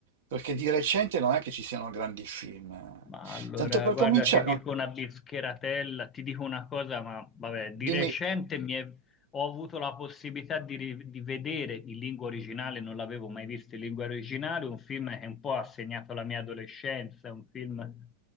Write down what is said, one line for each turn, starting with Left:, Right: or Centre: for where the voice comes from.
Right: perché di recente non è che ci siano grandi film.
Left: Ma allora,
Right: Tanto per
Left: guarda,
Right: cominciare,
Left: ti dico
Right: no,
Left: una bischeratella, ti dico una cosa, ma vabbè, di
Right: dimmi...
Left: recente mi è- ho avuto la possibilità di, ri- di vedere in lingua originale, non l'avevo mai visto in lingua originale, un film che un po' ha segnato la mia adolescenza, un film